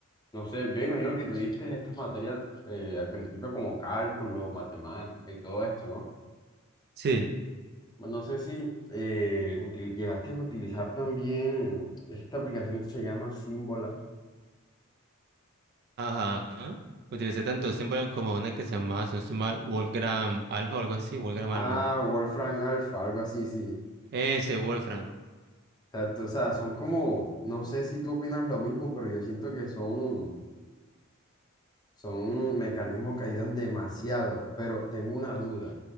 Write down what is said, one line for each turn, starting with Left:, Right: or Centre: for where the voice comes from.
Left: No sé, yo imagino que tú diste estas materias eh, al principio como cálculo, matemática y todo esto, ¿no?
Right: Sí.
Left: No sé si eh, util- llegaste a utilizar también esta aplicación que se llama Symbola.
Right: Ajá. Utilicé tanto símbolo como una que se llamaba, si no estoy mal, Wolfgram Alpha o algo así, Wolfgram
Left: Ah,
Right: algo.
Left: Wolfram Alpha, algo así, sí.
Right: Ese, Wolfram.
Left: Exacto, o sea, son como, no sé si tú opinas lo mismo, pero yo siento que son, son mecanismos que ayudan demasiado, pero tengo una duda.